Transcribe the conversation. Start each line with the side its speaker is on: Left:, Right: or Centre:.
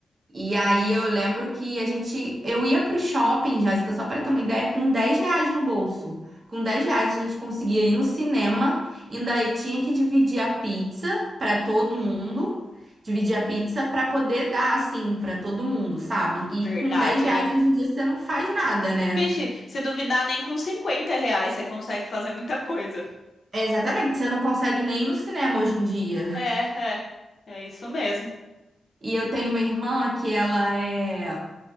Right: E aí eu lembro que a gente, eu ia pro shopping, Jéssica, só para ter uma ideia, com 10 reais no bolso. Com 10 reais a gente conseguia ir no cinema, ainda aí tinha que dividir a pizza para todo mundo, dividir a pizza para poder dar assim para todo mundo, sabe? E
Left: Verdade,
Right: com 10 reais
Left: hein?
Right: hoje em dia você não faz nada, né?
Left: Vixe, se duvidar, nem com 50 reais você consegue fazer muita coisa.
Right: Exatamente, você não consegue nem ir no cinema hoje em dia.
Left: É, é. É isso mesmo.
Right: E eu tenho uma irmã que ela é,